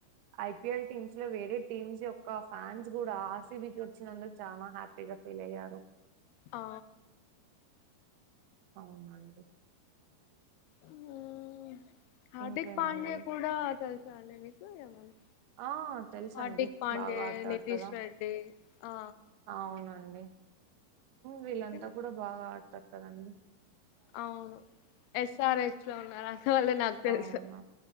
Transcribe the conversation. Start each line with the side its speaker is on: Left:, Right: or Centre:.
Right: ఐపీఎల్ టీమ్స్ లో వేరే టీమ్స్ యొక్క ఫ్యాన్స్ కూడా ఆర్సిబికి వచ్చినందు చాలా హ్యాపీగా ఫీల్ అయ్యారు
Left: ఆ
Right: అవునండి
Left: హ్మ్మ్ హార్దిక్
Right: ఇంకేమండి
Left: పండ్యే కూడా తెలుసా అండి మీకు ఏమన్నా
Right: ఆ తెలుస
Left: హార్దిక్
Right: అండి
Left: పాండే
Right: బాగా ఆడతాడు
Left: నితీష్
Right: కదా
Left: రెడ్డి ఆ
Right: అవునండి వీళ్ళంతా
Left: ఇలా
Right: కూడా బాగా ఆడ తతదండి
Left: అవును ఎస్ఆర్ హెచ్ లో ఉన్నారు అందువల్లే నాకు తెలుసు
Right: అవునా